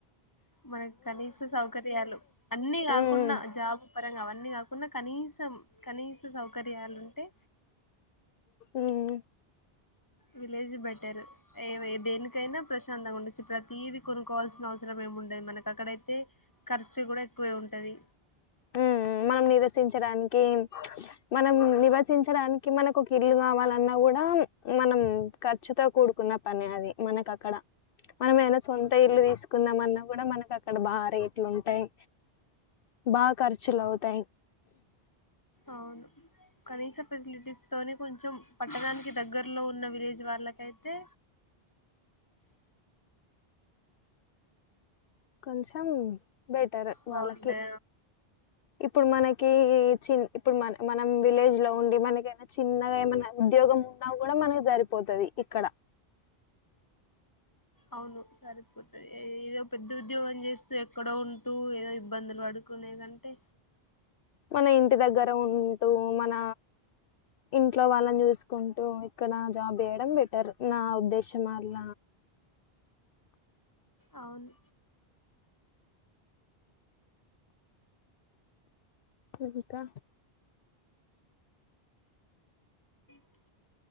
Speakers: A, on the left (about 20°); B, on the left (about 65°).
A: మనకు కనీస సౌకర్యాలు అన్ని కాకున్నా
B: ఉమ్
A: జాబ్ పరంగా అవన్ని కాకున్నా కనీసం కనీస సౌకర్యాలు ఉంటే
B: ఉమ్మ్
A: విలేజ్ బెటర్ ఏవి దేనికైనా ప్రశాంతంగా ఉండొచ్చు ప్రతీది కొనుక్కోవాల్సిన అవసరం ఉండదు మనకి అక్కడయితే ఖర్చు కూడా ఎక్కువే ఉంటది
B: ఉమ్ మనం నివసించడానికి మనం నివసించడానికి మనకు ఒక ఇల్లు కావాలన్నా గూడా మనం ఖర్చుతో కూడుకున్న పని అది మనక అక్కడ మనం ఎన్న సొంత ఇల్లు తీసుకుందాంమన్న మనకు అక్కడ బాగా రేట్లు ఉంటాయ్ బా ఖర్చులవ్ తయ్
A: అవును కనీస ఫెసిలిటీస్ తోనీ కొంచెం పట్టణానికి దగ్గరలో ఉన్న విలేజ్ వాళ్ళకైతే
B: కొంచెం బెటర్
A: బాగుంటా
B: వాళ్ళకి ఇప్ ఇప్పుడు మనకీ చిన్ ఇప్పుడు మన మనం విలేజ్ లో ఉండి మనకేమన్న చిన్నగా ఏమన్నా ఉద్యోగము ఉన్నా గూడా మనకి సరిపోతది ఇక్కడ
A: అవును సరిపోతది ఏదో పెద్ద ఉద్యోగం చేస్తూ ఎక్కడో ఉంటూ ఏదో ఇబ్బందులు పడుకునే గంతే
B: మన ఇంటి దగ్గర ఉంటూ మన ఇంట్లో వాళ్ళని చూసుకుంటూ ఇక్కడ జాబ్ చేయడం బెటర్ నా ఉద్దేశమల్ల
A: అవును
B: ఇంకా
A: అ